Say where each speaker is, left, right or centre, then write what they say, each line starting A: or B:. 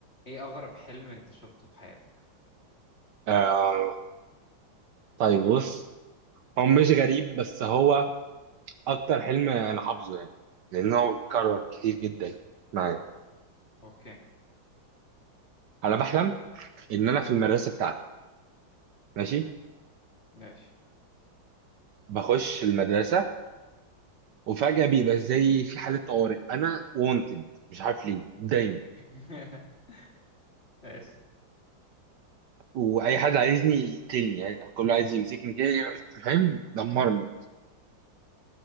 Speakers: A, on the left (about 30°); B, on the right (about 65°).
A: ايه اغرب حلم انت شفته في حياتك
B: آه طيب بص هو مش غريب بس هو اكتر حلم انا حافظه يعني لانه هو اتكرر كتير جدا معايا
A: اوكي
B: انا بحلم ان انا في المدرسه بتاعتي ماشي
A: ماشي
B: بخش المدرسه وفجاه بيبقى زي في حاله طوارئ انا وونتد مش عارف ليه دايما
A: <laughs> ماشي
B: واي حد عايزني يقتلني يعني كله عايز يمسكني كده فاهم دمرني